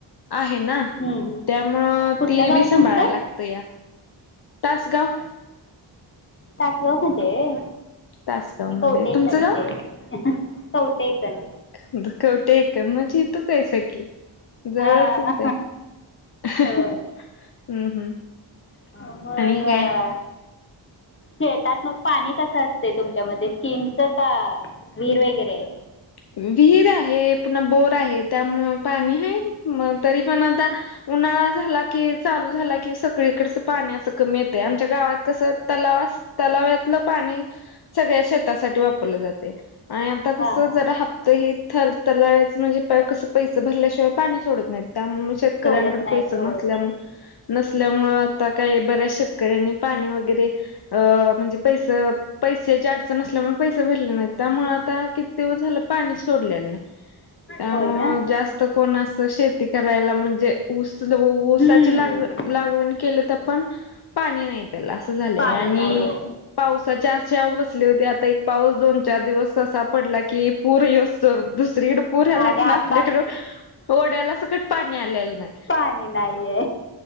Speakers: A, on the left; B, on the left.
A: आहे ना
B: हम्म, हम्म.
A: त्यामुळं
B: कुठलं
A: ती
B: गाव
A: बी
B: तुमचं
A: संभाळायला लागतेया. टास गावं
B: टासगाव मध्ये
A: तासगाव
B: मी
A: मध्ये
B: कवटे
A: तुमचं
B: कणचे
A: गाव?
B: कवटेकण
A: दुखवटे आहे का म्हणजे इथ चंआहे सेक्की जवळचच
B: हां
A: आहे. हम्म
B: हो
A: हम्म.
B: हा मगं
A: आणि
B: अ
A: काय?
B: शेतात मग पाणी कसं असतंय तुमच्यामध्ये किमचा का विहीर वगैरे आहे?
A: विहीर आहे पुन्हा बोर आहे त्यामुळे पाणी आहे म तरी पण आता उन्हाळा झाला की चालू झाला की सगळीकडच पाणी असं कमी येतंय आमच्या गावात कसं तलावस तलावातलं पाणी सगळ्या शेतासाठी वापरलं जाते आणि आता कसं
B: हां हां
A: जरा हप्ता ही थरथरलाच म्हणजे प कसं पैशे भरल्याशिवाय पाणी सोडत नाही त्या म शेतकऱ्यांकड
B: सोडत नाहीत
A: पैस
B: होय
A: नसल्यामु नसल्यामुळे आता काही बऱ्याच शेत कऱ्यांनी पाणी वगैरे अ म्हणजे पैसे पैशाची अडचण असल्यामुळं पैसे भरले नाहीत त्यामुळं आता तेव झालं पाणी सोडल्याले नाही त्यामुळं
B: होय ना
A: जास्त कोणास शेती करायला म्हणजे उस ल उसाचाची
B: हम्म.
A: लाग लागवण केली तर पण पाणी नाही त्याला असं झालंय
B: पाणी
A: आणि
B: नाही आहे
A: पावसाच्या आशयावर बसली होती आता एक पाऊस दोन चार दिवस असं पडला की पूर यसर दुसरीकडं पूर आल्यात
B: आणि आता
A: ना आपल्याकडे ओड्याला सकट पाणी आलेलं नाही.
B: पाणी नाहीये